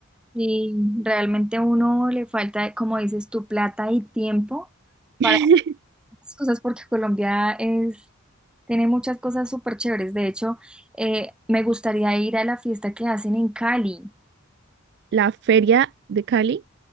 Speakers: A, in the centre; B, on the right.
A: Y realmente a uno le falta, como dices, tu plata y tiempo. para
B: <laughs>
A: las cosas porque Colombia es, tiene muchas cosas súper chéveres. De hecho, eh, me gustaría ir a la fiesta que hacen en Cali,
B: La feria de Cali,